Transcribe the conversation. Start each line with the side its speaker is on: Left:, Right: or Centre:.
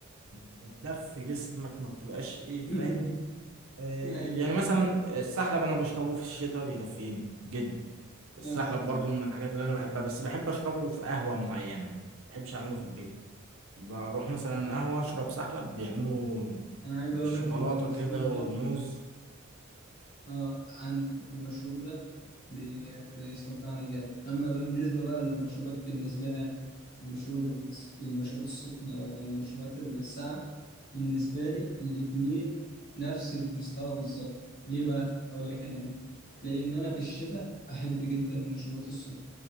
Right: بتدفي جسمك ما بتبقاش ايه
Left: <laughs>
Right: فاهم آه،
Left: أيوة
Right: يعني مثلا السحلب انا بشربه في الشتاء بيدفيني جدا السحلب
Left: آه،
Right: برضو من الحاجات اللي انا بحبها بس بحب اشربه في قهوه معينه يعني ما بحبش اعمله في البيت بروح مثلا قهوة أشرب سحلب بيعملوا
Left: أنا عايز
Right: بالشوكولاتة
Left: أقول لك إن المشروب
Right: كده
Left: ده
Right: والموز
Left: اه عن المشروب ده بي- بيصدعني جامد اما بالنسبه بقى للمشروبات بالنسبه لي أنا، المشروب الس- المشروبات السخنه او المشروبات الساقعه بالنسبه لي الاتنين نفس المستوى بالظبط ليه بقى اقول لك انا ليه لان انا في الشتاء احب جدا المشروبات السخنه